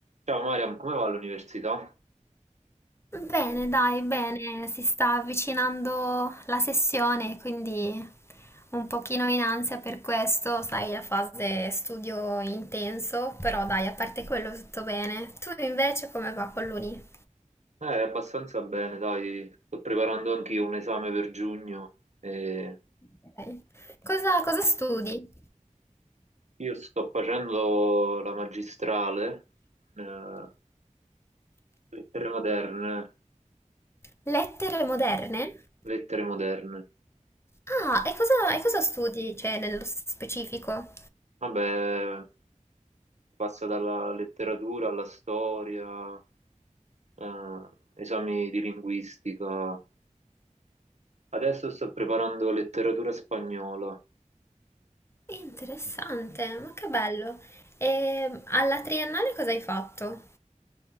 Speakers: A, on the right (about 60°); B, on the left (about 20°).
A: Ciao Mariam, come va l'università?
B: Bene, dai, bene, si sta avvicinando la sessione, quindi un pochino in ansia per questo, sai, la fase studio intenso, però dai, a parte quello tutto bene. Tu invece come va con l'uni?
A: Eh, abbastanza bene, dai, sto preparando anch'io un esame per giugno. e
B: Ok. Cosa, cosa studi?
A: Io sto facendo la magistrale, eh, lettere moderne,
B: Lettere moderne?
A: lettere moderne.
B: Ah, e cosa, e cosa studi, cioè, nello specifico?
A: Vabbè, si passa dalla letteratura alla storia, eh, esami di linguistica. Adesso sto preparando letteratura spagnola.
B: Interessante, ma che bello. E alla triennale cosa hai fatto?